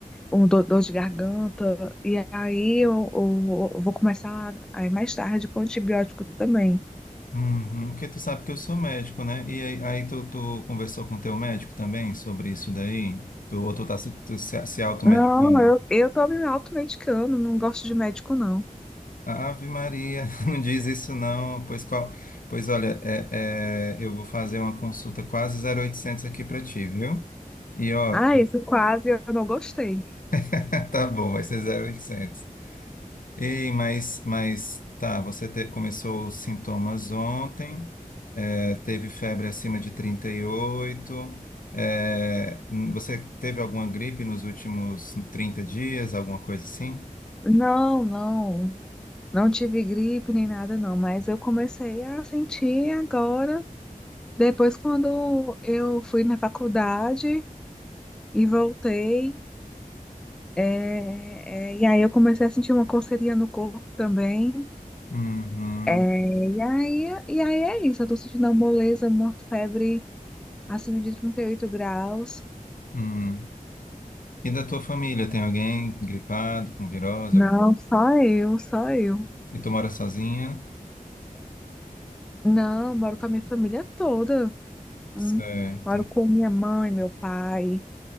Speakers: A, in the centre; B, on the left.
A: um do- dor de garganta, e aí eu, eu- eu vou começar aí mais tarde com antibiótico também.
B: Uhum. Porque tu sabe que eu sou médico, né? E aí, aí tu, tu conversou com teu médico também sobre isso daí? Tu, ou tu tá se, tu se, se automedicando?
A: Não, eu, eu tô me automedicando, não gosto de médico, não.
B: Ave Maria, <laughs> não diz isso não. Pois, qual, pois olha, é, é, eu vou fazer uma consulta quase zero oitocentos aqui pra ti, viu? E ó,
A: Ah, esse quase eu não gostei.
B: <laughs> tá bom, vai ser zero oitocentos Ei, mas, mas tá, você te- começou os sintomas ontem, é, teve febre acima de 38, é, hum, você teve alguma gripe nos últimos 30 dias, alguma coisa assim?
A: Não, não, não tive gripe nem nada, não, mas eu comecei a sentir agora, depois quando eu fui na faculdade e voltei, é, é, e aí eu comecei a sentir uma coceirinha no corpo também.
B: Uhum,
A: É, e aí, e aí é isso, eu tô sentindo uma moleza, uma febre acima de 38 graus.
B: hum. E da tua família, tem alguém gripado, com virose,
A: Não,
B: alguma...
A: só eu, só eu.
B: e tu mora sozinha?
A: Não, moro com a minha família toda. Hum,
B: Certo,
A: Moro com minha mãe, meu pai,